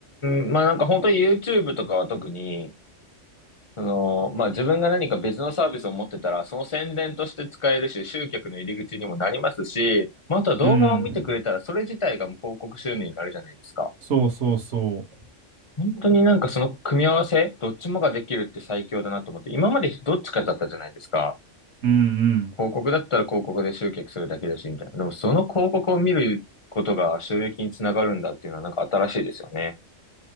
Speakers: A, on the left (about 30°); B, on the right (about 65°).
A: ん、まあなんか本当に YouTube とかは特に、その、まあ自分が何か別のサービスを持ってたら、その宣伝として使えるし、集客の入り口にもなりますし、まああとは動画を見てくれたら、
B: うん。
A: それ自体がもう広告収入になるじゃないですか。
B: そうそうそう。
A: 本当になんかその組み合わせ、どっちもができるって最強だなと思って、今までどっちかだったじゃないですか。
B: うんうん。
A: 広告だったら広告で集客するだけだし、みたいな。でもその広告を見ることが収益につながるんだっていうのはなんか新しいですよね。